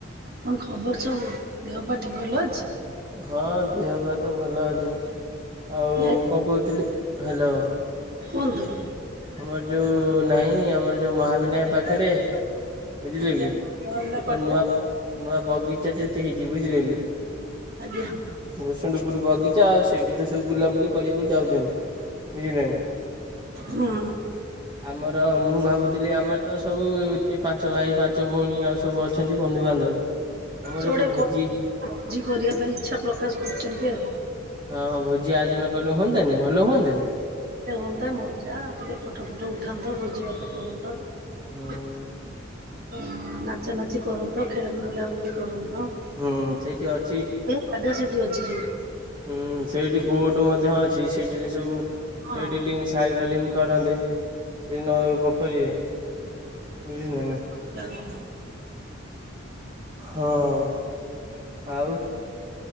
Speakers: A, on the right (about 55°); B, on the right (about 25°).
A: କଣ ଖବର ସବୁ? ଦେହ ପା ଠିକ ଭଲ ଅଛି।
B: ହଁ ଦେହ ପା ତ ଭଲ ଅଛି ଆଉ
A: ନା
B: ମୁଁ କଣ କହୁଥିଲି ହାଲୋ।
A: କୁହନ୍ତୁ।
B: ଆମର ଯୋଉ ନାହିଁ ଆମର ଯୋଉ ମହାବିନାୟକ ପାଖରେ ବୁଝିଲେ
A: ଆଜ୍ଞା
B: କି
A: ମହାବିନା
B: ଏକ
A: ପାଖରେ
B: ନୂଆ ନୂଆ ବଗିଚା ଟେତେ ହେଇଛି ବୁଝିଲେ କି।
A: ଆଜ୍ଞା।
B: ଭୂସୁଣ୍ଡୁପୁରୁ ବଗିଚା ଆଉ ସେଇଠି ତ ସବୁ ବୁଲାବୁଲି କରିବାକୁ ଯାଉଚନ୍ତି ବୁଝିଲେ ନା।
A: ହୁଁ।
B: <inaudible> ଆମର ମୁଁ ଭାବୁଥିଲି ଆମର ତ ସବୁ ଏତେ ପାଞ୍ଚ ଭାଇ, ପାଞ୍ଚ ଭଉଣୀ ଆଉ ସବୁ ଅଛନ୍ତି ବନ୍ଧୁବାନ୍ଧବ ଆମର
A: ସେଗୋଡେ
B: ଏକ ଭୋଜି
A: କ ଭୋଜି କରିବା ପାଇଁ ଇଚ୍ଛା ପ୍ରକାଶ କରୁଚନ୍ତି ଆଉ।
B: ହଁ ଭୋଜି ଆୟୋଜନ କଲେ ହୁଅନ୍ତାନି ଭଲ ହୁଅନ୍ତାନି।
A: <unintelligible> ହୁଅନ୍ତା ମଜା ଟିକେ ଫଟୋ ଫଟ ଉଠାନ୍ତ ଭୋଜିଭାତ କରନ୍ତ।
B: ହୁଁ
A: ଅ ନାଚା ନାଚି କରନ୍ତ ଖେଳ ବୁଲାବୁଲି କରନ୍ତ।
B: ହୁଁ ସେଇଠି ଅଛି।
A: ଏ ପାଦା ସେଠି ଅଛି ଯୋଉ।
B: ହୁଁ ସେଇଠି ବୋଟ ମଧ୍ୟ ଅଛି ସେଠିରେ ସବୁ
A: ହଁ
B: ଏଇଟି ଲି ଫାଇରାଲିଙ୍ଗ କରନ୍ତି ସେ ନ ପୋଖରୀରେ ବୁଝିିଲେ ନା।
A: <unintelligible>
B: ହଁ ଆଉ।